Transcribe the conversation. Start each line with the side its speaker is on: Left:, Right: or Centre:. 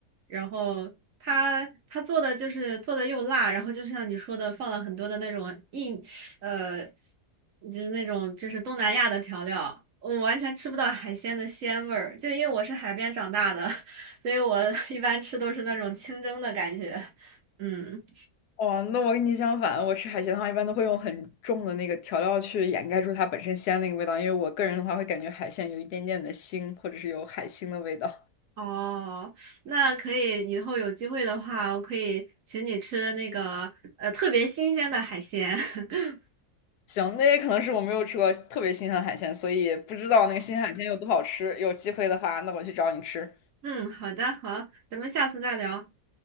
Right: 然后他他做的就是做的又辣，然后就像你说的，放了很多的那种硬。呃，就是那种就是东南亚的调料，我完全吃不到海鲜的鲜味儿。就因为我是海边长大的，<laughs> 所以我一般吃都是那种清蒸的感觉。嗯，
Left: 哦，那我跟你相反，我吃海鲜的话，一般都会用很重的那个调料去掩盖住它本身鲜那个味道，因为我个人的话会感觉海鲜有一点点的腥，或者是有海腥的味道。
Right: 哦，那可以，以后有机会的话，我可以请你吃那个呃特别新鲜的海鲜。<laughs>
Left: 行，那也可能是我没有吃过特别新鲜的海鲜，所以不知道那个新鲜海鲜有多好吃。有机会的话，那我去找你吃。
Right: 嗯，好的，好，咱们下次再聊，